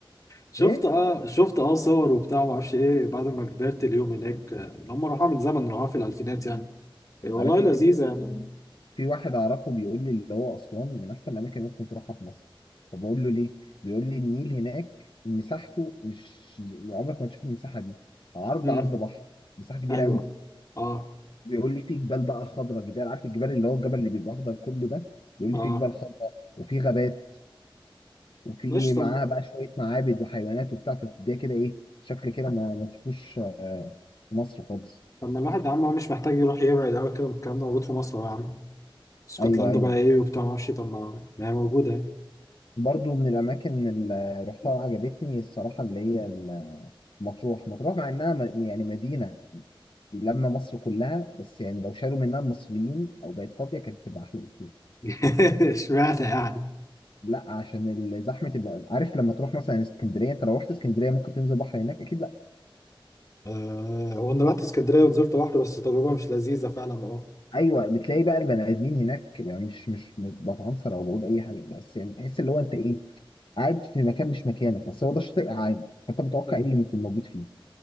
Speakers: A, on the left (about 35°); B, on the left (about 65°).
A: شفت
B: ايه؟
A: اه شفت اه صور وبتاع ما اعرفش ايه بعد ما كبرت اليوم هناك آه، اللي هم راحوا من زمن راحوا في الالفينات يعني إيه والله
B: عارف في
A: لذيذة
B: في
A: يعني
B: في واحد اعرفه بيقول لي اللي هو اسوان من احسن الاماكن اللي ممكن تروحها في مصر فبقول له ليه بيقول لي النيل هناك مساحته مش عمرك ما تشوف المساحه دي عرض
A: امم
B: عرض بحر مساحه كبيره
A: ايوه
B: قوي
A: اه
B: بيقول لي في جبال بقى خضراء جبال عارف الجبال اللي هو الجبل اللي بيبقى اخضر كله ده بيقول
A: اه
B: لي في جبال خضراء وفي غابات وفي
A: مش
B: معاها
A: طب
B: بقى شويه معابد وحيوانات وبتاع فبتديها كده ايه شكل كده ما ما تشوفوش آه، في مصر خالص
A: طب ما الواحد يا عم هو مش محتاج يروح يبعد قوي كده الكلام ده موجود في مصر أهو يا عم اسكتلندا
B: ايوه ايوه
A: بقى ايه وبتاع ما اعرفش طب ما ما هي موجوده يعني
B: برضو من الاماكن اللي رحتها وعجبتني الصراحه اللي هي مطروح مطروح مع انها م- يعني مدينه لما مصر كلها بس يعني لو شالوا منها المصريين او بقت فاضيه كانت تبقى احلى بكتير
A: <laughs> اشمعنى يعني
B: لا عشان ال- زحمه اللي عارف لما تروح مثلا اسكندريه انت لو رحت اسكندريه ممكن تنزل بحر هناك اكيد لا
A: آه هو انا رحت اسكندريه ونزلت بحر بس تجربه مش لذيذه فعلا اه
B: ايوه بتلاقي بقى البني ادمين هناك يعني مش مش بتعنصر او بقول اي حاجه بس يعني تحس اللي هو انت ايه قاعد في مكان مش مكانك بس هو ده الشاطئ عام فانت متوقع
A: مم.
B: ايه اللي ممكن موجود فيه